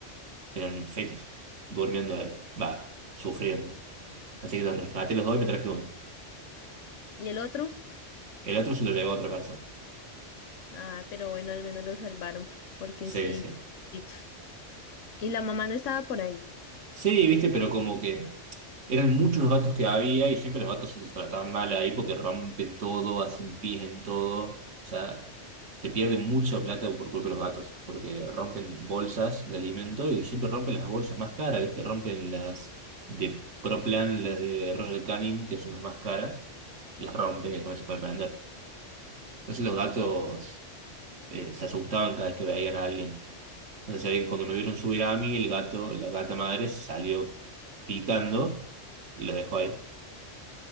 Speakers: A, on the right; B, on the left.
A: eran fetos, durmiendo ahí, va, sufriendo. Así que los rescaté los dos y me traje uno.
B: ¿Y el otro?
A: El otro se lo llevó a otra persona.
B: Ah, pero bueno, al menos lo salvaron, porque
A: Sí,
B: sí,
A: sí.
B: pobrecitos. Y la mamá no estaba por ahí.
A: Sí, viste, pero como que eran muchos los gatos que había y siempre los gatos se los trataban mal ahí porque rompen todo, hacen pis en todo. O sea, te pierden mucha plata por culpa de los gatos, porque rompen bolsas de alimento y siempre rompen las bolsas más caras, viste, rompen las de Proplan, las de Royal Canin, que son las más caras, las rompen y después se pueden vender. Entonces los gatos eh, se asustaban cada vez que veían a alguien. Entonces se ve que cuando me vieron subir a mí, el gato, la gata madre salió pitando y los dejó ahí.